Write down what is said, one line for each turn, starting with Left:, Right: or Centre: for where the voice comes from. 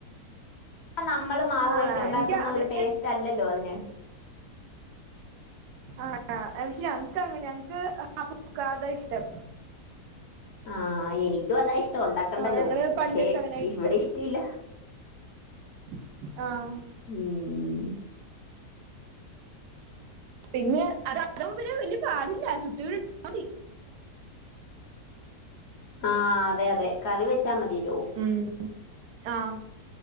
Left: ആ നമ്മൾ മാവ്
Right: ആണാ
Left: കുഴിച്ച് ഉണ്ടാക്കുന്ന
Right: എനിക്ക് അങ്ങനെ
Left: ഒരു ടേസ്റ്റ് അല്ലല്ലോ അതിന്
Right: ആ പക്ഷെ ഞങ്ങക്ക് അങ്ങനെ ഞങ്ങക്ക് അത് ആക്കാതെ ആ ഇഷ്ടം
Left: ആ എനിക്കും അതാ ഇഷ്ടം ഉണ്ടാക്കണ്ടല്ലോ
Right: ആഹ് ഞങ്ങള്
Left: പക്ഷെ
Right: പണ്ട് തൊട്ട് അങ്ങനെ കഴിക്കാറ്
Left: ഇവിടെ ഇഷ്ടമില്ല
Right: <inaudible> ആഹ്
Left: ഉം
Right: പിന്നെ അത് അത്ര വല്യ വെല്യ പാടില്ലാ, ചുട്ട് <unintelligible> തി
Left: ആ അതെ അതെ കറി വെച്ചാ മത് കിലോ
Right: ഉം. ആ